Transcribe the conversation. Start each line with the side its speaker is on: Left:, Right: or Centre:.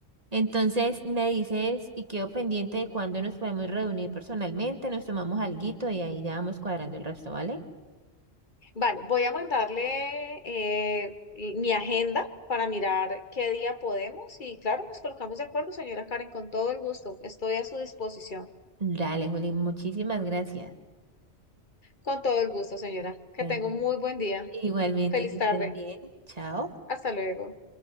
Right: Entonces me dices y quedo pendiente de cuándo nos podemos reunir personalmente, nos tomamos alguito y ahí ya vamos cuadrando el resto, ¿vale?
Left: Vale, voy a mandarle eh, mi agenda para mirar qué día podemos y claro, nos colocamos de acuerdo, señora Karen, con todo el gusto. Estoy a su disposición.
Right: Dale, Juli, muchísimas gracias.
Left: Con todo el gusto, señora. Que
Right: Bueno,
Left: tenga un muy buen día.
Right: igualmente
Left: Feliz
Right: que estés
Left: tarde.
Right: bien. Chao.
Left: Hasta luego.